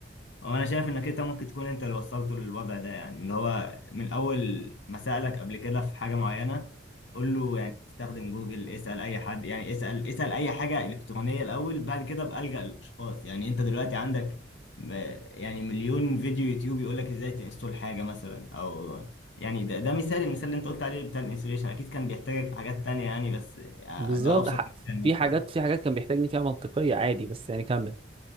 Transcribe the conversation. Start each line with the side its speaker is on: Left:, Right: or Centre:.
Left: هو انا شايف انك انت ممكن تكون انت اللي وصلته للوضع ده يعني ان هو من اول ما سالك قبل كده في حاجه معينه قول له يعني استخدم جوجل اسال اي حد يعني اسال اسال اي حاجه الكترونيه الاول بعد كده بقى الجا للاشخاص يعني انت دلوقتي عندك م- يعني مليون فيديو يوتيوب يقول لك ازاي تنستول حاجه مثلا او يعني ده ده مثال المثال اللي انت قلت عليه بتاع الانستليشن اكيد كان بيحتاجك في حاجات تانية يعني بس آه،
Right: بالظبط
Left: ده ابسط
Right: ح-
Left: مثال
Right: في
Left: مثلا
Right: حاجات في حاجات كان بيحتاجني فيها منطقية عادي بس يعني كمل